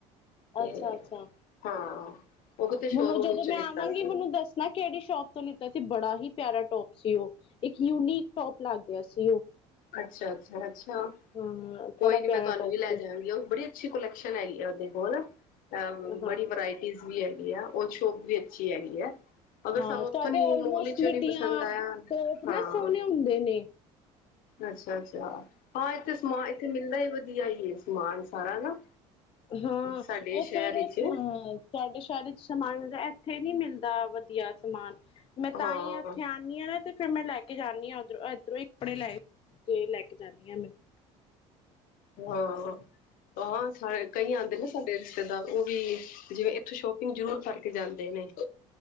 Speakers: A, on the left (about 65°); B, on the left (about 35°).
A: ਤੇ
B: ਅੱਛਾ-ਅੱਛਾ।
A: ਹਾਂ। ਉਹ ਕਿਤੇ ਸ਼ੋਰੂਮ
B: ਮੈਨੂੰ ਜਦੋਂ
A: ਵਿੱਚੋਂ
B: ਮੈਂ
A: ਲਿੱਤਾ
B: ਆਵਾਂਗੀ
A: ਸੀ।
B: ਮੈਨੂੰ ਦੱਸਣਾ ਕਿਹੜੀ ਸ਼ੋਪ ਤੋਂ ਲਿੱਤਾ ਸੀ ਬੜਾ ਹੀ ਪਿਆਰਾ ਟੋਪ ਸੀ ਉਹ ਇੱਕ ਯੂਨੀਕ ਟੋਪ ਲੱਗ ਰਿਹਾ ਸੀ ਉਹ
A: ਅੱਛਾ-ਅੱਛਾ-ਅੱਛਾ
B: ਹਾਂ ਬੜਾ
A: ਕੋਈ
B: ਪਿਆਰਾ
A: ਨੀ ਮੈਂ ਤੁਹਾਨੂੰ
B: ਟੋਪ
A: ਵੀ ਲੈ
B: ਸੀ
A: ਜਾਵਾਂਗੀ ਉਹ ਬੜੀ ਸ਼ ਕੋਲੈਕਸ਼ਨ ਹੈਗੀ ਆ ਉਹਦੇ ਕੋਲ ਅ
B: ਹਾਂ।
A: ਬੜੀ ਵਰਾਇਟੀਜ਼ ਵੀ ਹੈ। ਔਰ ਸ਼ੋਪ ਵੀ ਅੱਛੀ ਹੈਗੀ ਹੈ। ਅਗਰ
B: ਹਾਂ
A: ਸਾਨੂੰ ਉੱਥੋਂ
B: ਤੁਹਾਡੇ
A: ਨੀ
B: ਓਲਮੋਸਟ
A: ਮੋਲ ਵਿੱਚੋਂ
B: ਮਿੱਡੀਆਂ
A: ਨੀ ਪਸੰਦ ਆਇਆ
B: ਟੋਪ
A: ਹਾਂ
B: ਨਾ ਸੋਹਣੇ ਹੁੰਦੇ ਨੇ।
A: ਅੱਛਾ- ਅੱਛਾ। ਹਾਂ ਇੱਥੇ ਸਮ ਇੱਥੇ ਮਿਲਦਾ ਹੀ ਵਧਆ। ਆਈਏ ਸਮਾਨ ਸਾਰਾ ਨਾ
B: ਹਾਂ
A: ਸਾਡੇ
B: ਉਹ
A: ਸ਼ਹਿਰ
B: ਫੇਰ
A: ਵਿੱਚ
B: ਉਹ ਹ ਤੁਹਾਡੇ ਸ਼ਹਿਰੀ ਚ ਸਮਗ ਇਥੇ ਨਹੀਂ ਮਿਲਦਾ ਵਧੀਆ ਸਮਾਨ ਮੈਂ
A: ਹਾਂ
B: ਤਾਂ ਹੀ ਇਥੇ ਆਣੀ ਹਾਂ ਨਾ ਤੇ ਫੇਰ ਮੈਂ ਲੈ ਕੇ ਜਾਂਣੀ ਹਾਂ ਉਧਰੋਂ ਇਧਰੋਂ ਹੀ ਕੱਪੜੇ ਲੈ ਕੇ ਲੈ ਕੇ ਜਾਂਣੀ ਆਾਂ ਮੈਂ
A: ਹਾਂ। ਹਹ ਕਈ ਆਦੇ ਨੇ ਸਾਡੇ ਰਿਸ਼ਤੇਦਾਰ ਉਹ ਵੀ ਜਿਵੇਂ ਇੱਥੋਂ ਸ਼ੋਪਿ ਜਰੂਰ ਕਰਕੇ ਜਾਂਦੇ ਨੇ